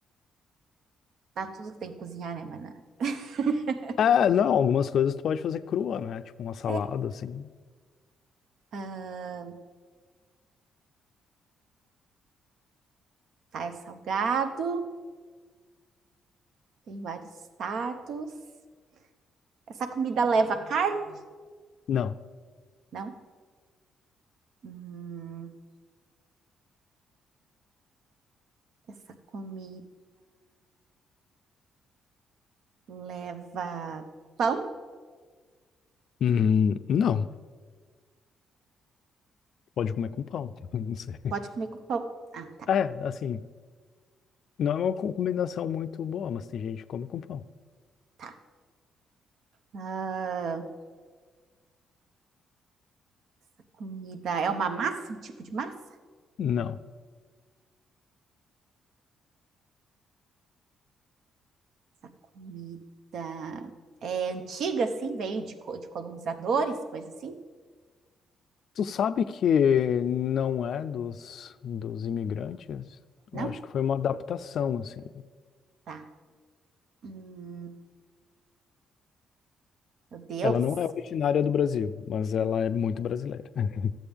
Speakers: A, on the right; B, on the left.
A: tá. Tudo que tem que cozinhar, né, banana? <laughs>
B: Ah, não, algumas coisas tu pode fazer crua, né? Tipo uma salada,
A: É.
B: assim.
A: Ah, tá, é salgado. Tem vários status. Essa comida leva carne?
B: Não.
A: Não. Hum, essa comida leva pão?
B: Hum, não. Pode comer com pão. <laughs> Não sei.
A: Pode comer com pão. Ah, tá,
B: É, assim. Não é uma co- combinação muito boa, mas tem gente que come com pão.
A: tá. Ah, essa comida é uma massa, um tipo de massa?
B: Não.
A: Essa comida é antiga, assim, veio de, co- de colonizadores, coisa assim?
B: Tu sabe que não é dos, dos imigrantes?
A: Não?
B: Eu acho que foi uma adaptação, assim.
A: Tá. Hum, meu Deus.
B: Ela não é originária do Brasil, mas ela é muito brasileira. <laughs>